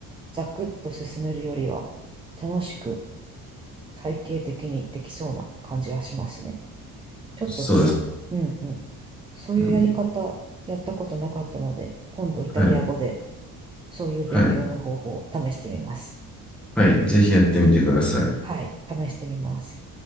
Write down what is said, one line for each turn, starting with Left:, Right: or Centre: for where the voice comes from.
Right: ザクッと進めるよりは、楽しく体系的にできそうな感じがしますね。ちょっとその、
Centre: そうです。
Right: うんうん。そういうやり方、
Centre: うん、
Right: やったことなかったので、今度イタリア語で
Centre: はい。
Right: そういう勉強の方法を試してみます。
Centre: はい。はい。ぜひやってみてください。
Right: はい、試してみます。